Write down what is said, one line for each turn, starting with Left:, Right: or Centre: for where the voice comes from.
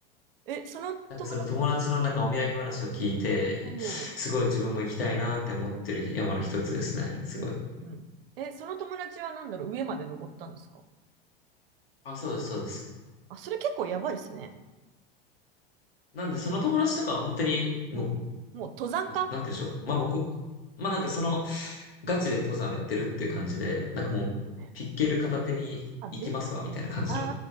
Right: え、その友達、
Left: なんかその友達のなんかお土産話を聞いて、
Right: うんおー
Left: すごい自分も行きたいなって思ってる山の一つですね。
Right: うんうんえ、
Left: すごい。
Right: その友達はなんだろう、上まで登ったんですか
Left: あ、そうです、そうです。
Right: あ、それ結構やばいですね。
Left: なんでその友達とかは本当にもう
Right: うん。もう登山家って
Left: あなんて言うんでしょう。
Right: 言
Left: まあ僕、まあなんかその、ガチで登山をやってるっていう感じで、なんかもう、
Right: うよね。
Left: ピッケル片手に行きますわ、
Right: あ、です。
Left: みたいな感じの
Right: あ